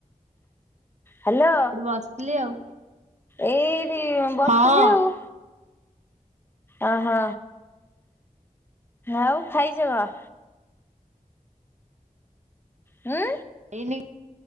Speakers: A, on the left; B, on the right.
A: ହାଲୋ।
B: ବସ୍ଥିଲି ଆଉ।
A: ଏଇଠି ବସ୍ଥିଲି
B: ହଁ
A: ଆଉ। ଓହୋ ଆଉ ଖାଇଚ କଂ। ଉଁ।
B: ଏଇନି